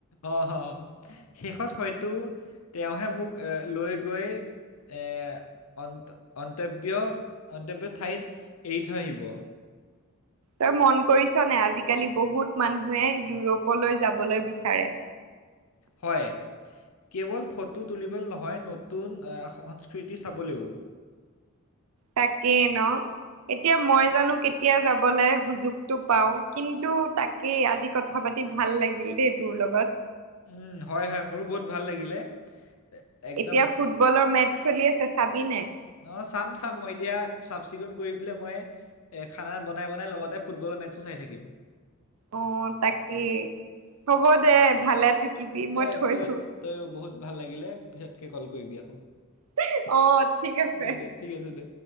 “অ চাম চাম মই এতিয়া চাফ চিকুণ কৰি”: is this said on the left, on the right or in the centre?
Left